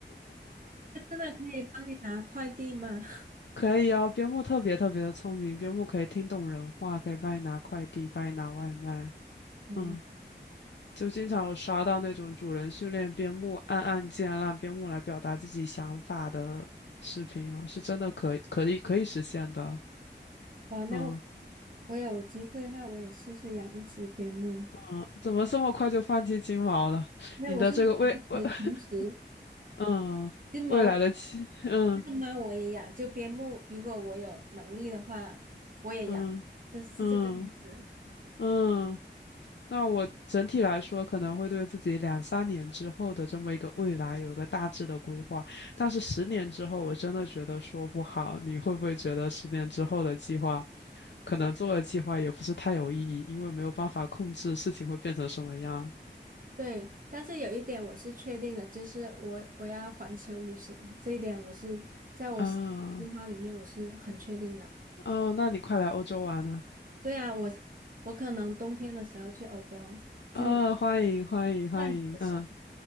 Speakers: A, on the right; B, on the left.
A: <laughs> 它真的可以帮你拿快递吗？<laughs>
B: 可以哦，边牧特别特别的聪明，边牧可以听懂人话，可以帮你拿快递，帮你拿外卖。
A: 嗯，
B: 嗯，就经常有刷到那种主人训练边牧按按键让边牧来表达自己想法的视频哦，是真的可以可以可以实现的。
A: 哇，那我
B: 嗯
A: 我有机会的话，我也试试养一只边牧。
B: 嗯，怎么这么快就放弃金毛了？<laughs>
A: 那我是同时同时
B: 你的这个未未 <laughs> 嗯未来的期嗯
A: 金毛那猫我也养，就边牧，如果我有能力的话，我也养，
B: 嗯
A: 就是这个意思。
B: 嗯
A: <laughs>
B: 嗯。嗯那我整体来说可能会对自己两三年之后的这么一个未来有一个大致的规划，但是十年之后我真的觉得说不好。你会不会觉得十年之后的计划，可能做的计划也不是太有意义，因为没有办法控制事情会变成什么样
A: 对，但是有一点我是确定的，就是我我要环球旅行，这一点我是在我是计划里面我是很确定的。
B: 啊？哦，那你快来欧洲玩啊！
A: 对啊，我我可能冬天的时候去欧洲，今年
B: 啊，欢迎欢迎欢迎，
A: 万子的时候。
B: 嗯